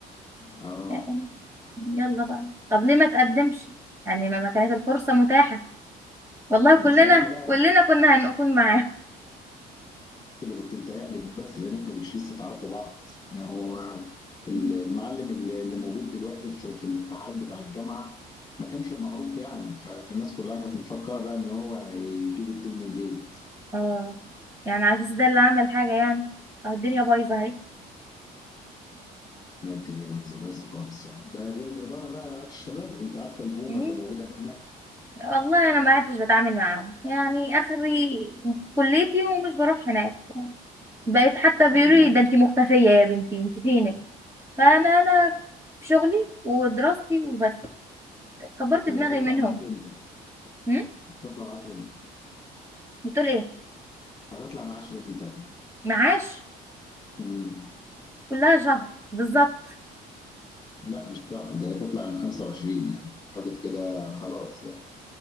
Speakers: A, on the left; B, on the right.
A: اه
B: آه. يلا بقى طب ليه ما تقدمش يعني ما ما كانت الفرصة متاحة والله كلنا
A: ساعتها
B: كلنا كنا هنكون معاه
A: اللي كنت متهيألك بس لان انتوا مش لسه تعرفوا بعض ما هو المعلم
B: <laughs>
A: اللي اللي موجود دلوقتي في, في الاتحاد بتاع الجامعه ما كانش معروف يعني ف- فالناس كلها كانت مفكره بقى ان هو هيجيب الديل من جيب
B: اه يعني عزيز ده اللي عمل حاجة يعني اه الدنيا بايظة
A: لا الدنيا بايظه بايظه خالص يعني ده غير الاداره بقى رعايه الشباب وانت عارفه البومه
B: اهي
A: اللي موجوده هناك
B: والله انا ما عدتش بتعامل معاهم يعني اخري كليتي ومش بروح هناك بقيت حتى بيقولوا
A: والله
B: لي ده انتي مختفيه يا بنتي انتي فينك فانا انا في شغلي ودراستي وبس كبرت دماغي
A: هي هتطلع
B: منهم
A: معاك امتى؟
B: هم؟
A: هتطلع معاك امتى؟
B: بتقول ايه
A: هتطلع معاش امتى؟
B: معاش
A: مم.
B: كلها شهر بالظبط
A: لا مش شهر ده هتطلع يوم 25 يعني اعتقد كده خلاص يعني